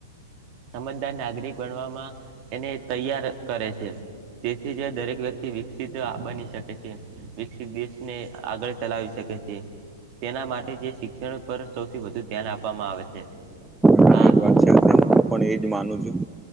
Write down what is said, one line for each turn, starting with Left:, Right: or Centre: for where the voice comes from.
Right: સમજદાર નાગરિક બનવામાં એને તૈયાર કરે છે તેથી દરેક વ્યક્તિ વિકસિત બની શકે છે વિકસિત દેશને આગળ ચલાવી શકે છે તેના માટે જે શિક્ષણ પર સૌથી વધુ ધ્યાન આપવામાં આવે છે
Centre: રાઈટ
Right: હા ચુખો
Centre: વાત છે હું પણ એજ માનું છું